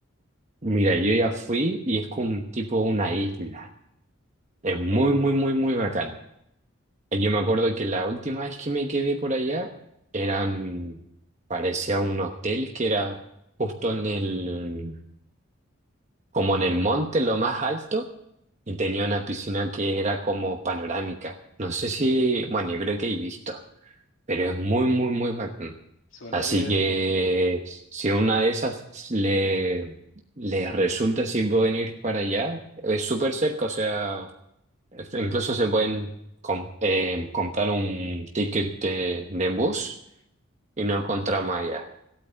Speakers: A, on the right; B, on the left.
A: mira, yo ya fui y es como un tipo una isla. Es muy,
B: Ok,
A: muy, muy, muy bacán. Y Yo me acuerdo que la última vez que me quedé por allá eran, parecía un hotel que era justo en el como en el monte, en lo más alto, y tenía una piscina que era como panorámica. No sé si, bueno, yo creo que he visto, pero es muy, muy, muy bacán.
B: suena
A: Así
B: bien.
A: que si una de esas le, le resulta si pueden ir para allá, es súper cerca, o sea, es- incluso se pueden com- eh, comprar un ticket de, de bus y no encontramos allá.